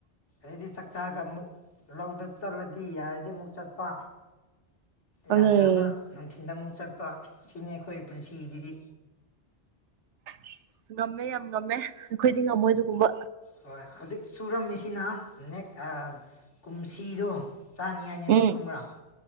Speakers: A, on the left; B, on the right.
A: ꯑꯗꯩꯗꯤ ꯆꯥꯛ ꯆꯥꯔꯒ ꯑꯃꯨꯛ ꯂꯧꯗ ꯆꯠꯂꯗꯤ ꯌꯥꯔꯗꯤ ꯑꯃꯨꯛ ꯆꯠꯄ
B: ꯑꯗꯨꯅꯦ
A: ꯌꯥꯗ꯭ꯔꯥꯅ ꯅꯨꯡꯊꯤꯟꯜꯗ ꯑꯃꯨꯛ ꯆꯠꯄ ꯁꯤꯅꯤ ꯑꯩꯈꯣꯏ ꯄꯨꯟꯁꯤꯒꯤꯗꯤ
B: ꯑꯁ ꯉꯝꯃꯦ ꯌꯥꯝ ꯉꯝꯃꯦ ꯑꯩꯈꯣꯏꯗꯤ ꯉꯝꯃꯣꯏ ꯑꯗꯨꯒꯨꯝꯕ
A: ꯍꯣꯏ ꯍꯧꯖꯤꯛ ꯁꯨꯔꯝꯃꯤꯁꯤꯅ ꯅꯦꯛ ꯀꯨꯝꯁꯤꯗꯣ ꯆꯥꯅꯤꯉꯥꯏꯅꯦꯕ
B: ꯎꯝ
A: ꯈꯪꯕ꯭ꯔꯥ